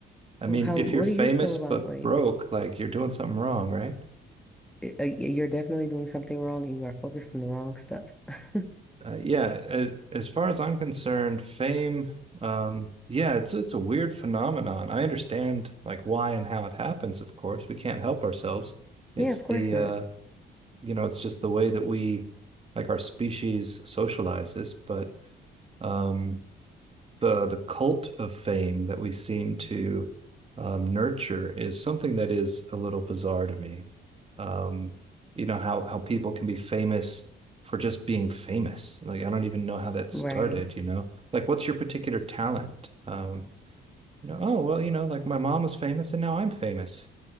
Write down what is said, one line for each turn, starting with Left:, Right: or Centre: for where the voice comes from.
Right: I
Centre: Well,
Right: mean,
Centre: how,
Right: if
Centre: what
Right: you're famous
Centre: do you feel about
Right: but
Centre: like
Right: broke, like you're doing something wrong, right?
Centre: y- uh, y- you're definitely doing something wrong and you are focused on the wrong stuff? <laughs>
Right: Uh, yeah. a- As far as I'm concerned, fame, um, yeah, it's it's a weird phenomenon. I understand like why and how it happens, of course. We can't help ourselves. It's
Centre: Yeah, of course
Right: the
Centre: not.
Right: uh you know, it's just the way that we, like our species, socializes. But um, the the cult of fame that we seem to um, nurture is something that is a little bizarre to me. Um, you know how how people can be famous for just being famous. Like I don't even know how that started.
Centre: Right.
Right: You know, like what's your particular talent? Um, you know, oh well, you know, like my mom was famous and now I'm famous.